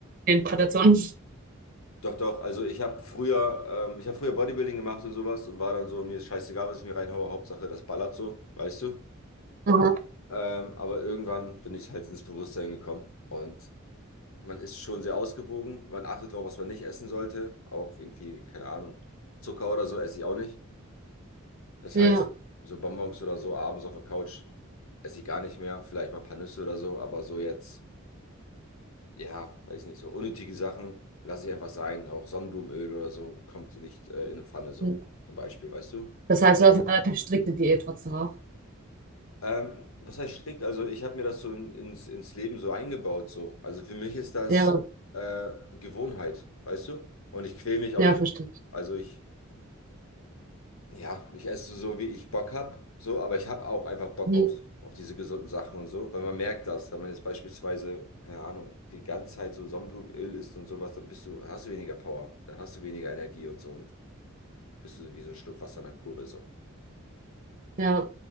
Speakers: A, on the right; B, on the left.
A: die Interpretation?
B: Doch, doch. Also ich habe früher, ähm, ich habe früher Bodybuilding gemacht und sowas und war dann so, mir ist scheißegal, was ich mir reinhaue, Hauptsache das ballert so, weißt du.
A: Aha.
B: Ähm, aber irgendwann bin ich halt ins Bewusstsein gekommen und man ist schon sehr ausgewogen. Man achtet darauf, was man nicht essen sollte. Auch irgendwie, keine Ahnung, Zucker oder so esse ich auch nicht. Das
A: Ja.
B: heißt, so Bonbons oder so abends auf der Couch esse ich gar nicht mehr. Vielleicht mal ein paar Nüsse oder so, aber so jetzt. Ja, weiß nicht so. Unnötige Sachen lasse ich einfach sein. Auch Sonnenblumenöl oder so kommt nicht äh, in eine Pfanne, so
A: Mhm.
B: zum Beispiel, weißt du?
A: Das heißt, du hast eine relativ strikte Diät trotzdem auch.
B: Ähm, was heißt strikt? Also, ich habe mir das so in, ins, ins Leben so eingebaut, so. Also, für mich ist das
A: Ja,
B: äh, Gewohnheit, weißt du? Und ich quäle mich auch
A: ja,
B: nicht.
A: verstehe ich.
B: Also, ich Ja, ich esse so, wie ich Bock habe, so, aber ich habe auch einfach Bock
A: Mhm.
B: auf, auf diese gesunden Sachen und so, weil man merkt das, wenn man jetzt beispielsweise, keine Ahnung, die ganze Zeit so Sonnenblumenöl isst und sowas, dann bist du, hast du weniger Power, dann hast du weniger Energie und so und bist du wie so ein Schluck Wasser in der Kurve, so,
A: Ja.